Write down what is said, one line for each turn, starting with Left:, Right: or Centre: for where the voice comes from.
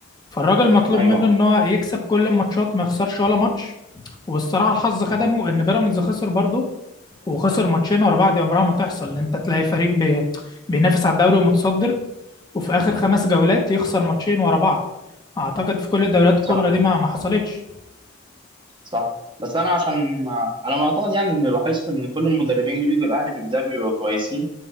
Left: فالراجل مطلوب
Right: ايوه
Left: منه ان هو يكسب كل الماتشات ما يخسرش ولا ماتش والصراحة الحظ خدمه ان بيراميدز خسر برضه وخسر ماتشين ورا بعض دي عمرها ما تحصل ان انت تلاقي فريق بي- بينافس على الدوري ومتصدر وفي آخر خمس جولات يخسر ماتشين ورا بعض أعتقد في كل الدوريات الكبرى
Right: صح
Left: دي ما ما حصلتش
Right: صح بس انا عشان على ما اعتقد يعني اني لاحظت ان كل المدربين اللي بيجوا الاهلي في البدايه بيبقوا كويسين